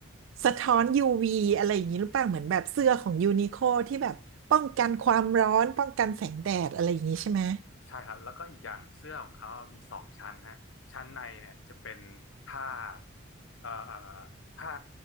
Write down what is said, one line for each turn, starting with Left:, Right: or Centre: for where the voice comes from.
Right: สะท้อน UV อะไรอย่างนี้หรือเปล่าเหมือนแบบเสื้อของยูนิโคที่แบบป้องกันความร้อนป้องกันแสงแดดอะไรอย่างนี้ใช่ไหม
Left: ใช่ครับแล้วก็อีกอย่างเสื้อของเขามีสองชั้นฮะชั้นในเนี่ยจะเป็นผ้าเอ่อเอ่อผ้า